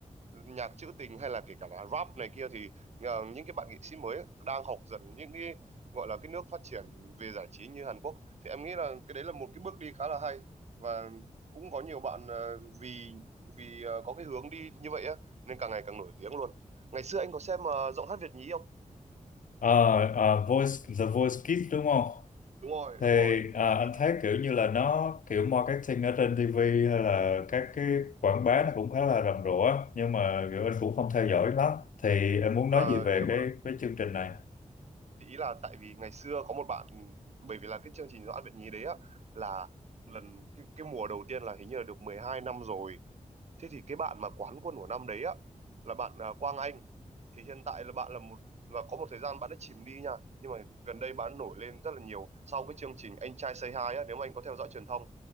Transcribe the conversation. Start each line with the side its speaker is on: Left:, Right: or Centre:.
Right: nhạc trữ tình hay là kể cả là rap này kia thì ờ, những cái bạn nghệ sĩ mới đang học dần những cái gọi là cái nước phát triển về giải trí như Hàn Quốc thì em nghĩ là cái đấy là một cái bước đi khá là hay và cũng có nhiều bạn ờ, vì vì ờ, có cái hướng đi như vậy á nên càng ngày càng nổi tiếng luôn ngày xưa anh có xem ờ, giọng hát Việt nhí không
Left: Ờ, ờ, Voice, The Voice Kids đúng không?
Right: đúng rồi
Left: thì
Right: đúng rồi
Left: à, anh
Right: Thì,
Left: thấy kiểu như là nó kiểu marketing ở trên TV hay là các cái quảng bá
Right: ờ,
Left: nó cũng khá là rầm rộ á nhưng mà kiểu anh cũng không theo dõi lắm thì em muốn nói
Right: mà
Left: gì về
Right: nếu
Left: cái
Right: mà
Left: cái chương trình này
Right: thì ý là tại vì ngày xưa có một bạn bởi vì là cái chương trình giọng hát Việt nhí đấy á là lần cái, cái mùa đầu tiên là hình như là được 12 năm rồi Thế thì cái bạn mà quán quân của năm đấy á là bạn à, Quang Anh thì hiện tại là bạn là một và có một thời gian bạn đã chìm đi nha nhưng mà gần đây bạn nổi lên rất là nhiều sau cái chương trình Anh Trai Say Hi á nếu mà anh có theo dõi truyền thông